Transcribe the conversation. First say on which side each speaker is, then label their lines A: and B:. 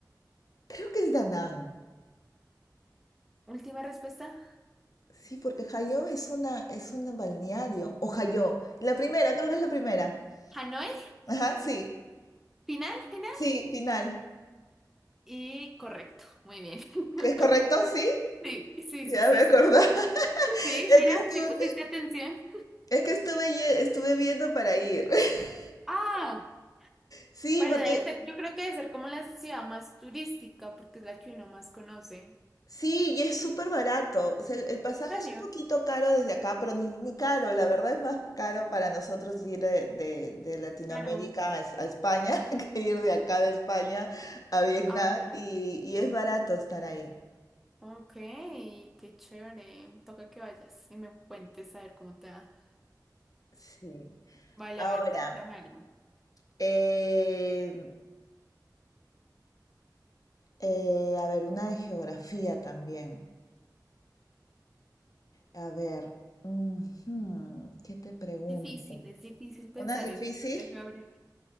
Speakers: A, on the left; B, in the centre.
A: Creo que es Danang.
B: Última respuesta.
A: Sí, porque Hayo es una, es un balneario. O Hayo. La primera, creo que es la primera.
B: Hanoi,
A: Ajá, sí.
B: final, final.
A: Sí, final.
B: Y correcto, muy bien. <laughs>
A: ¿Es correcto? Sí.
B: Sí, sí,
A: Ya
B: sí, sí.
A: me acordaba. <laughs>
B: Sí,
A: Es
B: mira,
A: que estuve,
B: sí pusiste atención.
A: es que estuve, ye- estuve viendo para ir. <laughs>
B: Ah,
A: Sí,
B: pero
A: porque
B: debe ser, yo creo que debe ser como la ciudad más turística, porque es la que uno más conoce. ¿En
A: Sí, y es súper barato. O sea, el, el pasaje
B: serio?
A: es un poquito caro desde acá, pero ni, ni caro. La verdad es más caro para nosotros ir de, de- de Latinoamérica
B: Claro.
A: a, Es- a España <laughs> que ir de acá de España a Vietnam.
B: Ajá.
A: Y,
B: sí.
A: y es barato estar ahí.
B: Ok, qué chévere. Toca que vayas y me cuentes a ver cómo te va.
A: Sí.
B: Vale,
A: Ahora,
B: a ver, pregúntame algo.
A: eh, eh, a ver, una de geografía también. A ver, ujú, ¿qué te pregunto?
B: Difícil, es difícil pensar
A: ¿Una difícil?
B: en eso, Gabriel.